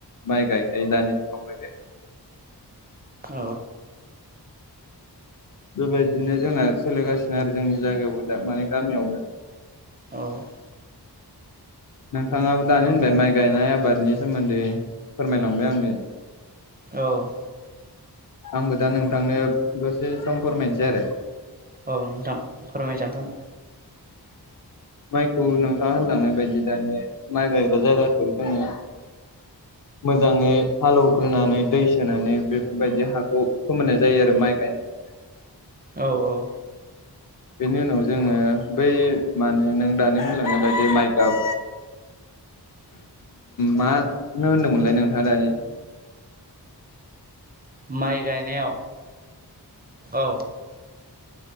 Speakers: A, on the left; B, on the right.
A: माइ गायखायो दानि समाव बे
B: औ।
A: बेबायदिनो जोंना सोलिगासिनो आरो जोंनि जायगायावबो दा माने गामियावबो
B: औ।
A: नोंथाङाबो दानि होनबाय माइ गायनाय आबादनि सोमोन्दै फोरमायलांबाय आङो
B: औ।
A: आंबो दा नोंथांनो दसे सम फोरमायनोसै आरो
B: औ नोंथां फोरमायजागोन।
A: माइखौ नोंथाङा होनलांनाय बायदि दानि माइ गायग्रा जायगाखौ जोङो मोजाङै हालौवग्रोनानै दै सोनानै बेफोरबायदि हाखौ फोमोननाय जायो आरो माइ गायनो <inaudible>
B: औ औ।
A: बेनि उनाव जोङो बै माने नों दानि होलांनाय बायदि माइगाप मानो होनदोंमोनलाय नोंथाङा दानि <inaudible>
B: माइ गायनायाव औ।